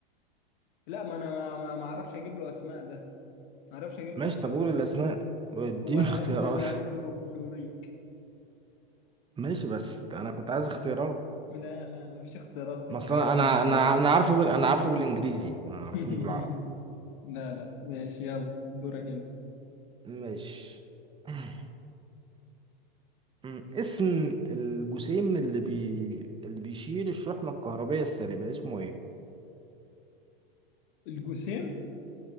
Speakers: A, on the left (about 60°); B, on the right (about 15°).
A: لا ما انا ما ما- ما اعرفش اجيب له اسماء ده ما اعرفش اجيب
B: ماشي
A: له اختيارات
B: طب قول الاسماء واديني
A: هو
B: <laughs> اختيارات
A: حمض الهيدروكلوريك
B: ماشي بس انا كنت عايز اختيارات
A: لا لا لا مفيش اختيارات في
B: ما
A: الحاجات
B: اصل انا انا
A: اللي زي
B: انا
A: دي
B: أنا عارفه بال... انا عارفه بالانجليزي ما اعرفوش
A: <laughs>
B: بالعربي
A: لا لا ماشي يلا دورك انت
B: ماشي <clears throat> أم، اسم الجسيم اللي بي... اللي بيشيل الشحنة الكهربية السالبة اسمه ايه؟
A: الجسيم